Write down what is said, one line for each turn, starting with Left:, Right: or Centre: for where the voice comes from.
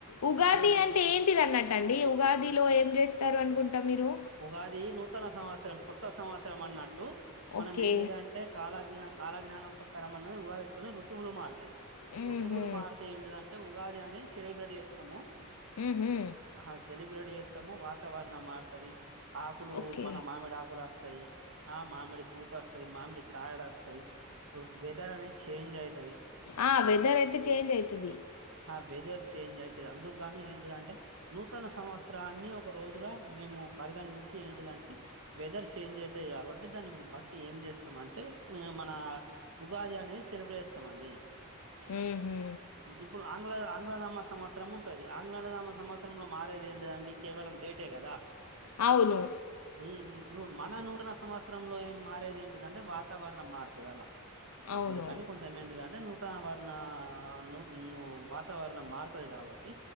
Left: ఉగాది
Right: మాదే ముందున్న
Left: అంటే ఏంటిది అన్నట్టు అండి ఉగాదిలో ఏం చేసు స్తారు అనుకుంటా మీరు
Right: ఉగాది నూతన సంవత్సరం కొత్త సంవత్సరం అన్నట్టు మనం
Left: ఓకే
Right: ఏంటిది అంటే కాలజ్ఞ కాలజ్ఞానం ప్రకారం అన్నది ఉగాది ఒత్తనే ఋతువులు మారుతాయి
Left: ఊహూ
Right: ఋతువులు మారితే ఏంటిది అంటే ఉం ఉగాది అనేది సెలబ్రేట్ చేస్తాము
Left: ఊహూ
Right: ఆ సెలబ్రేట్ చేస్తాము వాక్ వాతావరణం మార్తది ఆకులు
Left: ఓకే
Right: మన మామిడి ఆకులు అస్ సై ఆ మామిడి పూత వస్తాయి మామిడి కాయలు వస్తాయి వెదర్ అనేది చేంజ్ అయి
Left: ఆ వెదర్ అయితే చేంజ్ అయితది
Right: ఆ వెదర్ చేంజ్ అయితది అందుకుగాను ఏంటిది అంటే నూతన సంవత్సరాన్ని ఒక రోజుగా మేము పదిగన్ నుంచి ఏంటిది అంటే వెదర్ చేంజ్ అయితది కాబట్టి దాన్ని బట్టి ఏం చేస్తాము అంటే మన ఉగు ఉగాది అనేది సెలబ్రేట్ చేస్తాము అండి
Left: ఊహూ
Right: ఇప్పుడు ఆంగ్ల ఆంగ్లనామ సంవత్సరం ఉంటది ఆంగ్లఅన్నదామా సంవత్సరంలో మారేది ఏంటిది అండి కేవలం డేటే గదా
Left: అవును
Right: ఈ ఇమ్ము ను మన నూతన సంవత్సరంలో ఏం మారేది ఏంటిది అంటే వాతావరణం మారుతది అలా
Left: అవును
Right: అందుకని కొంచం ఏంటిదంటే నూ నూత వర్ణ ను ను వాతావరణం మారుతది కాబట్టి